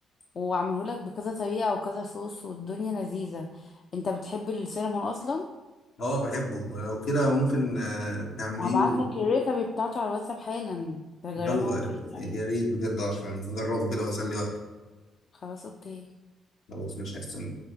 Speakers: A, on the left; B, on the left.
A: وعملهولك بكذا طريقة وكذا صوص والدنيا لذيذة انت بتحب السينامون اصلا
B: اه بحبه لو كده ممكن آه، تعمليه
A: هبعتلك الريسبي بتاعته على الواتساب حالا تجربها
B: يلا
A: وتقولي
B: يا
A: رأيك
B: ريت بجد عشان نجربه كده واسلي وقت
A: خلاص اوكي
B: خلاص مش هستنى